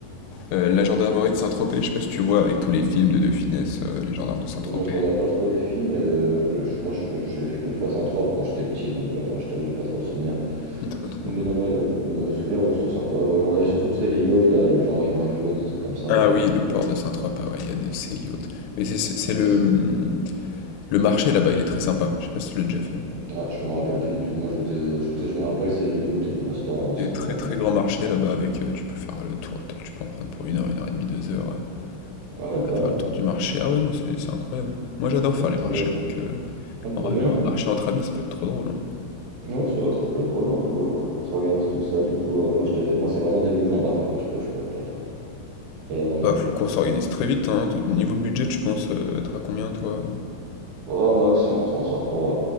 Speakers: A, on the left (about 80°); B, on the right (about 65°).
A: euh, la gendarmerie de Saint-Tropez, je sais pas si tu vois, avec tous les films de De Funès, euh, les gendarmes de Saint-Tropez.
B: Moi, je regarde pas trop les films, mais euh, je, je- moi je- j'ai fait qu'une fois Saint-Tropez quand j'étais petit, donc euh, je t'avoue que j'ai pas trop de souvenirs.
A: T'as pas trop.
B: Mais dans mes, euh, dans mes souvenirs, ouais, c'était sympa. Ouais, je regardais surtout tu sais, les yachts, là, les gens arrivaient en yacht, des trucs comme ça, moi
A: Ah
B: j'aimais
A: oui,
B: bien.
A: le port de Saint-Tropez, ah ouais, il y a de ces yachts. Mais c'est c'est- c'est
B: Il y
A: le,
B: a des sacres.
A: hum, le marché là-bas, il est très sympa, je sais pas si tu l'as déjà fait.
B: Ah, je me rappelle plus du tout, moi j'étais. euh, Je, ce que je me rappelle, c'est les yachts et les restaurants, hein,
A: Il y
B: c'est
A: a très
B: en bord
A: très
B: de mer.
A: grand marché
B: quoi.
A: là-bas avec euh, tu peux faire le tour, t'as- tu peux en prendre pour une heure, une heure et demie, deux heures euh,
B: Ah ouais, carrément.
A: à faire le tour du marché. Ah ouais non c'est c'est incroyable. Moi j'adore
B: Ok,
A: faire les marchés
B: ok.
A: donc euh,
B: Ah,
A: en
B: t'aimes
A: vrai, faire
B: bien?
A: un marché entre amis ça peut être trop drôle. hein.
B: Ouais, c'est vrai, ça peut être drôle, non? Faut, faut qu'on s'organise tout ça. Du coup, euh, moi, je t'ai- moi c'est vraiment début juin par contre que je peux, je pourrais pas après. Et avant non
A: Bah
B: plus.
A: faut qu'on s'organise très vite hein. De- Niveau budget tu penses euh, être à combien toi?
B: Oh, max, on s'en sort pour, euh,